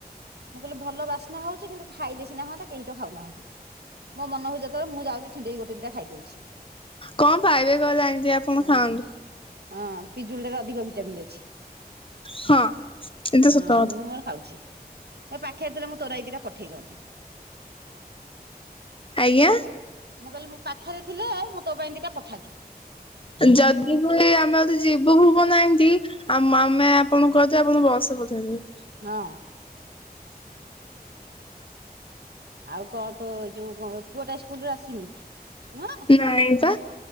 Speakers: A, on the right; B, on the left.
A: ମୁଁ କହିଲି ଭଲ ବାସ୍ନା ହଉଛି କିନ୍ତୁ ଖାଇ ସିନ ହଅନ୍ତା କେହି ତ ଖାଉନାହାନ୍ତି ମୋ ମନ ହଉଚି ଯେତେବେଳେ ମୁଁ ଯାଉଛି ଛିଣ୍ଡେଇକ ଗୋଟେ ଦିଟା ଖାଇ ଦଉଛି।
B: କଣ ପାଇବେ କହିଲେ ଆଣ୍ଟୀ ଆପଣ
A: ହଁ।
B: ଖାଆନ୍ତୁ।
A: ହଁ ପିଜୁଳି ରେ ଅଧିକ ଭିଟାମିନ୍ ଅଛି।
B: ହଁ। ଏଇତ
A: ହଁ
B: ସତ କଥା
A: ମୁଁ ମୋର ଖାଉଛି ଏ ପାଖରେ ଥିଲା ମୁଁ ତୋ ଲାଗି ଦିଟା ପଠେଇ ଦିଅନ୍ତି।
B: ଆଜ୍ଞା।
A: ମୁଁ କହିଲି ମୁଁ ପାଖରେ ଥିଲେ ମୁଁ ତୋ ପାଇଁ ଦିଇଟା ପଠାନ୍ତି।
B: ଯଦି ବି ଆମେ ଯଦି ଯିବୁ ଭୁବନ ଏନ୍ତି ଆଉ ମମେ ଆପଣଙ୍କୁ କହିଦେବୁ ଆପଣ ବସରେ ପଠେଇ ଦେବେ।
A: ହଁ। ଆଉ କଣ ତୋ ଯୋଉ ପୁଅଟା ସ୍କୁଲୁରୁ ଆସିନି ନୁହଁ।
B: ନାଇଁ ପା।